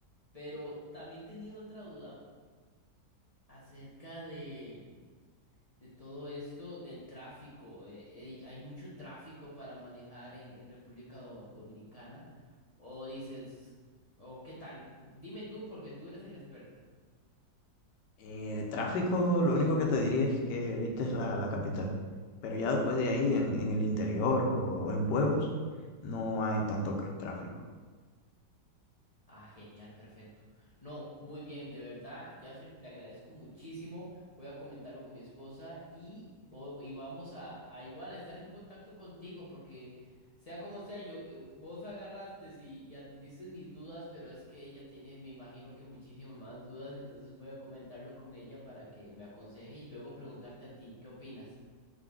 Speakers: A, on the left; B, on the left.
A: Pero también tenía otra duda acerca de, de todo esto del tráfico. Eh, ey, ¿hay mucho tráfico para manejar en, en República Do- Dominicana? O dices, o qué tal, dime tú porque tú eres el experto.
B: Eh, tráfico, lo único que te diría es que evites la, la capital. Pero ya después de ahí, en, en el interior o en pueblos, no hay tanto tráfico.
A: Ah, genial, perfecto. No, muy bien, de verdad, Yasser, le agradezco muchísimo. Voy a comentarlo con mi esposa y, vo- y vamos a, a igual a estar en contacto contigo, porque sea como sea, yo eh, vos agarraste y, y atendiste mis dudas, pero es que ella tiene, me imagino que muchísimas más dudas, entonces voy a comentarlo con ella para que me aconseje y luego preguntarte a ti, ¿qué opinas?